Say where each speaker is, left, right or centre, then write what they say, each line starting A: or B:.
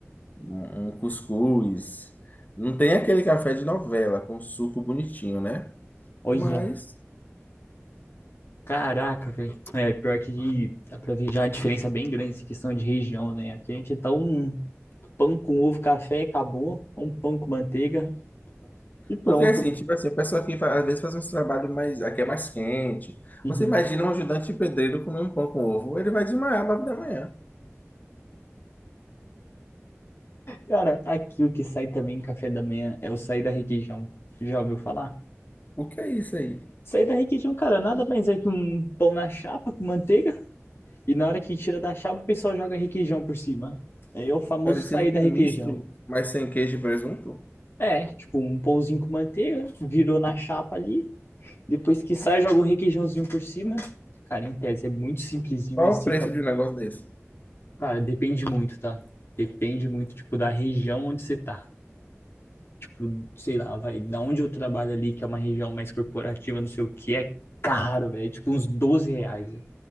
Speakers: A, on the left; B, on the left.
A: um, um cuscuz. Não tem aquele café de novela com suco bonitinho, né?
B: Olha,
A: Mas
B: caraca, velho. É, pior que dá pra ver já a diferença bem grande essa questão de região, né? Aqui a gente é tão pão com ovo, café, acabou. Um pão com manteiga e pronto,
A: Porque assim,
B: né?
A: tipo assim, o pessoal aqui fa- às vezes faz uns trabalhos mais, aqui é mais quente.
B: Uhum.
A: Você imagina um ajudante de pedreiro comer um pão com ovo, ele vai desmaiar às nove da manhã.
B: Cara, aqui o que sai também em café da manhã é o sair da requeijão. Já ouviu falar?
A: O que é isso aí?
B: Sair da requeijão, cara, nada mais é que um pão na chapa com manteiga e na hora que tira da chapa o pessoal joga requeijão por cima. Aí é o famoso
A: Parecido
B: sair
A: com
B: da requeijão.
A: um misto, mas sem queijo e presunto?
B: É, tipo, um pãozinho com manteiga, virou na chapa ali, depois que sai joga um requeijãozinho por cima. Cara, em tese é muito simplesinho,
A: Qual
B: mas
A: o
B: fica
A: preço de um negócio desse?
B: Cara, depende muito, tá? Depende muito, tipo, da região onde você tá. Tipo, sei lá, vai, da onde eu trabalho ali, que é uma região mais corporativa, não sei o que, é caro, velho. É tipo uns 12 reais, velho.